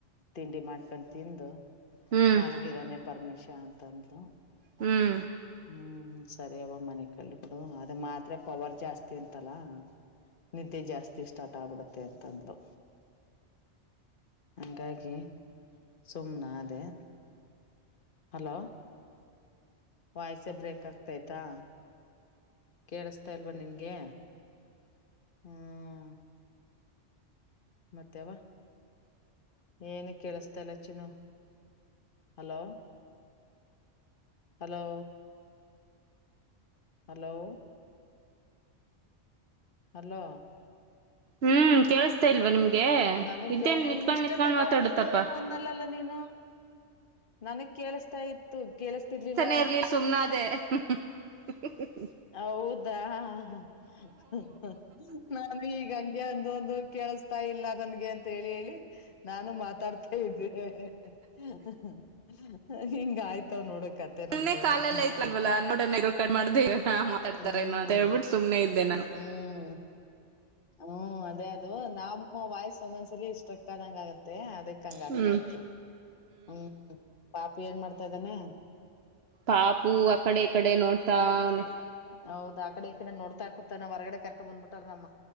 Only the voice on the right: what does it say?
ಹ್ಮ್
ಹ್ಮ್
ಹ್ಮ್ ಕೇಳಿಸ್ತಾ ಇಲ್ವಾ ನಿಮ್ಗೆ
ಇದೇನ್
ನಿತ್ಕೊಂಡ್
ನಿತ್ಕೊಂಡ್
ಮಾತಾಡುತ್ತಪ್ಪಾ
ತನೇ ಇರ್ಲಿ ಸುಮ್ನಾದೇ ಹ್ ಹ್ ಹ್ ಹ್
ಸುಮ್ನೆ
ಕಾಲೆಲ್ಲ ಐತ್ಲ್ವಲ್ಲ
ನೋಡೋಣ ಇರು ಕಟ್ ಮಾಡ್ದೆ ಇರೋಣ ಮಾತಾಡ್ತಾರೇನೋ
ಅಂತ ಹೇಳ್ಬಿಟ್ಟು ಸುಮ್ನೆ ಇದ್ದೆ ನಾನು
ಹ್ಮ್
ಪಾಪು ಅಕಡೆ ಈ ಕಡೆ ನೋಡ್ತಾವ್ನೆ